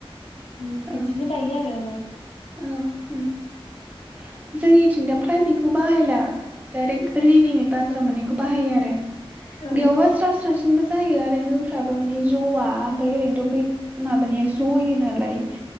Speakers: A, on the left (about 85°); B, on the right (about 15°).
A: उम
B: औ
A: बिदिनो दायो आरो औ।
B: औ उम जोंनिथिं दा फ्राय बेखौ बाहायला डायरेक्ट रेडिमेड बाजाराव मोनायखौ बाहायो आरो।
A: औ
B: <inaudible> बो जायो आरो नो फ्राबो माने ज'आ ओमफ्राय ओरैनोथ' बै। माबानिया जयो नालाय।